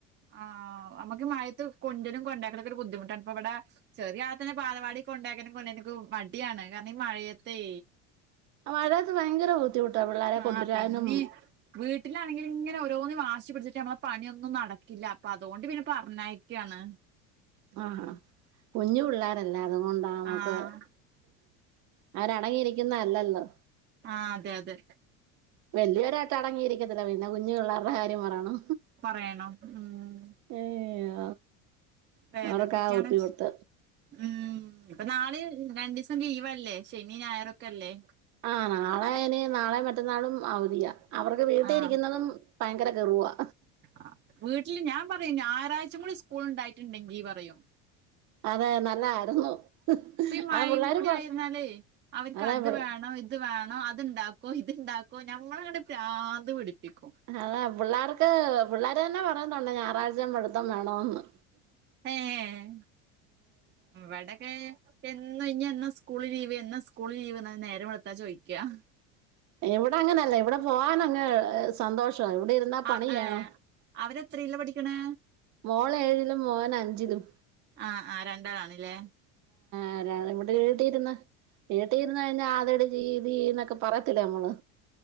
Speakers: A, on the right; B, on the right.
A: ആ അമ്മക്ക് മയത്ത് കൊഞ്ചലും കൊണ്ടാക്കലുക്കെ ഒരു ബുദ്ധിമുട്ടാണ് പ്പൊവ്ടെ ചെറിയാത്തേന്നെ ബാലവാടി കൊണ്ടാക്കാ കൊണ്ടാനിക്ക് മടിയാണ് കാരണം ഈ മഴയത്തേ
B: മഴയഴത്ത് ഭയങ്കര ബുദ്ധിമുട്ടാ പിള്ളാരെ കൊണ്ടൊരാനും
A: ആഹ് പിന്നെ വീട്ടിലാണെങ്കിൽ ഇങ്ങനെ ഓരോന്നും വാശി പിടിച്ചിട്ട് നമ്മളെ പണിയൊന്നും നടക്കില്ല അപ്പൊ അതുകൊണ്ട് പിന്നെ പറഞ്ഞക്കയാണ്
B: ആഹ കുഞ്ഞു പിള്ളോരല്ലേ അതുകൊണ്ടാ നമുക്ക്
A: ആഹ്
B: അവരടങ്ങിയിരിക്കുന്ന അല്ലല്ലോ
A: ആ അതെ അതെ
B: വലിയൊരായിട്ട് അടങ്ങിയിരിക്കത്തില്ല പിന്നെ കുഞ്ഞ് പിള്ളേരുടെ കാര്യം പറയണോ
A: പറയണം ഉം
B: ഏയൊ
A: വേറെന്തൊക്കെയാണ്
B: അവര്ക്കാ വുത്തി കൊടുത്ത
A: ഉം ഇപ്പ നാളെ രണ്ടീസം ലീവല്ലേ ശനി ഞായറൊക്കല്ലേ
B: ആഹ് നാളെനി നാളെ മറ്റന്നാളും അവധിയ അവർക്ക് വീട്ടിയിരിക്കുന്നതും
A: ആഹ്
B: ഭയങ്കര കെറുവാ
A: ആ വീട്ടില് ഞാൻ പറയും ഞായറാഴ്ചം കൂടി സ്കൂള്ണ്ടായിട്ടുണ്ടെങ്കീ പറയൂ
B: അതെ നല്ലായിരുന്നു
A: ഇപ്പ ഈ മഴയും
B: ആ പിള്ളേര്
A: കൂടി
B: പ
A: ആയേന്നാലേ അവര്ക്കത്
B: അതെ പി
A: വേണം ഇത് ഇത് വേണോ അത്ണ്ടാക്കോ ഇത്ണ്ടാക്കോ ഞമ്മളങ്ങട് പ്രാന്ത് പിടിപ്പിക്കും
B: അതെ പിള്ളാർക്ക് പിള്ളാര് തന്നെ പറയുന്നൊണ്ട് ഞായറാഴ്ചേം പടുത്തം വേണോന്ന്
A: ഏഹ് ഇവ്ടെകേ എന്നു ഇനി എന്നാ സ്കൂളി ലീവ് എന്നാ സ്കൂളി ലീവ്ന്ന നേരം വെളുത്താ ചോയ്ക്ക്യാ
B: ഇവിടങ്ങനല്ല ഇവിടെ പോവാനങ്ങ് സ് സന്തോഷവ ഇവിടിരുന്നാ പണിയ്യണോ
A: ആഹ് ഏഹ് അവരെത്രയിലാ പഠിക്കണേ
B: മോളേഴിലും മോനഞ്ചിലും
A: ആഹ് ആഹ് രണ്ടാളാണല്ലേ
B: ആരാണ് ഇവിടെ വീട്ടിരുന്ന് വീട്ടി ഇരുന്ന് കഴിഞ്ഞാൽ ആതയുടെ രീതീന്നെക്കെ പറയത്തില്ലെ അമ്മള്